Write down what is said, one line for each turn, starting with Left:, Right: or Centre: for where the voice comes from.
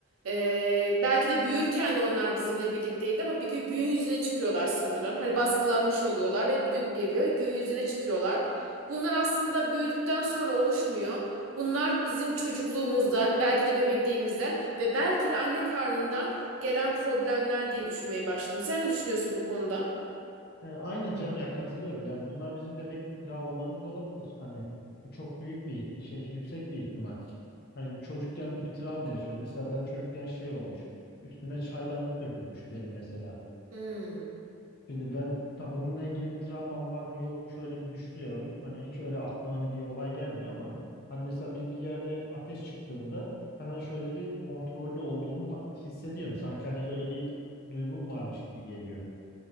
Right: ee, belki de büyürken de onlar bizimle birlikteydi ama bir gün gün yüzüne çıkıyorlar sanırım. Hani baskılanmış oluyorlar ve bir gün geliyor gün yüzüne çıkıyorlar. Bunlar aslında büyüdükten sonra oluşmuyor. Bunlar bizim çocukluğumuzdan, belki de bebekliğimizden ve belki de anne karnından gelen problemler diye düşünmeye başladım. Sen ne düşünüyorsun bu konuda?
Left: E, aynen canım ya katılıyorum. Yani bunlar bizim bebeklik travmalarımız olabilir. Hani bu çok büyük bir şey, yüksek bir ihtimal. Hani çocukken bir travma yaşıyoruz. Mesela ben çocukken şey olmuş. Üstüme çaydanlık dökülmüş benim mesela.
Right: Hmm,
Left: Şimdi ben tabi bununla ilgili bir travmam var mı yok mu şöyle bir düşünüyorum. Hani hiç öyle aklıma hani bir olay gelmiyor ama hani mesela bir, bir yerde ateş çıktığında hemen şöyle bir kontrollü olduğumu ha- hissediyorum. Sanki hani öyle bir duygum varmış gibi geliyor.